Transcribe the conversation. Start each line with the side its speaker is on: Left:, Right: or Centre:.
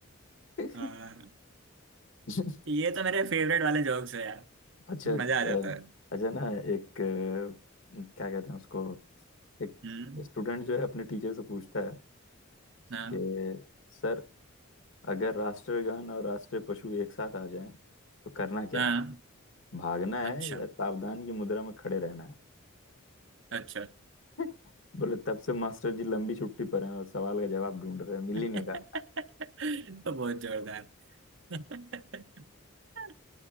Left: हैं
Right: हाँ
Left: <laughs>
Right: ये तो मेरे फेवरेट वाले जोक्स है यार
Left: अच्छा
Right: मजा
Left: अ,
Right: आ जाता है
Left: अच्छा ना एक अ, क्या कहते हैं उसको एक
Right: हम्म
Left: स्टूडेंट जो है अपने टीचर से पूछता है
Right: हाँ
Left: कि सर अगर राष्ट्रगान और राष्ट्रीय पशु एक साथ आ जाएं तो करना क्या
Right: हाँ
Left: है भागना
Right: अच्छा
Left: है या सावधान की मुद्रा में खड़े रहना है
Right: अच्छा
Left: <laughs> बोले तब से मास्टर जी लंबी छुट्टी पर हैं और सवाल का जवाब ढूंढ रहे हैं मिल
Right: <laughs>
Left: ही नहीं रहा
Right: तो बहुत जोरदार अच्छा